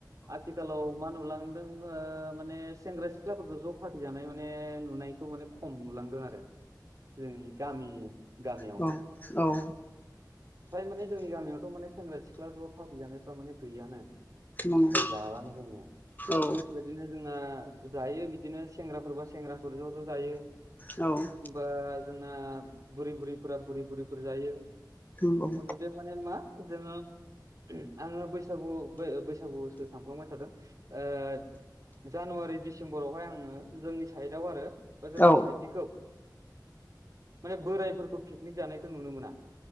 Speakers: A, on the right (about 45°); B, on the left (about 25°).
A: आथिखालाव मा नुलां माने सेंग्रा सिख्लाफोरखौ ज' फा्टिजानाय माने नुनायखौ माने खम नुलांदों आरो जोंनि गामि गामियावहाय
B: औ औ
A: फ्राय माने जोंनि गामियावथ' माने सेंग्रा सिख्ला ज' फाै जानायफ्रा माने गैयानो
B: नंगौ
A: बाजारानो दङया
B: औ
A: बिदिनो जोंना जायो बिदिनो सेंग्राफोरबा सेंग्राफोरजोंथ' जायो
B: औ
A: एखनबा जोंना बुरि बुरिफोरा बुरि बुरिफोर जायो
B: नंगौ
A: मथु थे माने मा जोडो आङो बैसागु बैसागु ओ बैसागुसो थांफ्लांबाय थादों ओ जानुवारि दिसेम्बरावहाय आङो जोंनि साइडआव आरो बा जोंनि
B: औ
A: साइडनिखौ माने बोरायफोरखौ पिकनिक जानायखौ नुनो मोना